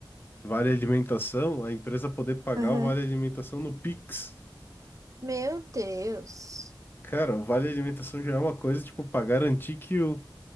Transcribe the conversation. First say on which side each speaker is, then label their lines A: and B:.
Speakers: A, on the left; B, on the right.
A: Vale alimentação, a empresa poder pagar
B: Aham.
A: o vale alimentação no Pix.
B: Meu Deus.
A: Cara, o vale alimentação já é uma coisa, tipo, pra garantir que o,